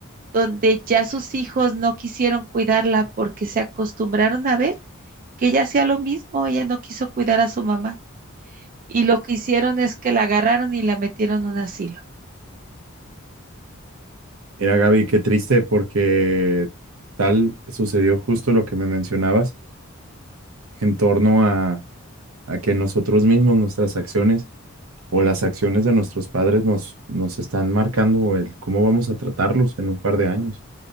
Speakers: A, on the right (about 40°); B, on the right (about 70°).
A: donde ya sus hijos no quisieron cuidarla porque se acostumbraron a ver que ella hacía lo mismo, ella no quiso cuidar a su mamá. Y lo que hicieron es que la agarraron y la metieron en un asilo.
B: Mira, Gaby, qué triste porque tal sucedió justo lo que me mencionabas en torno a, a que nosotros mismos, nuestras acciones o las acciones de nuestros padres nos, nos están marcando el cómo vamos a tratarlos en un par de años.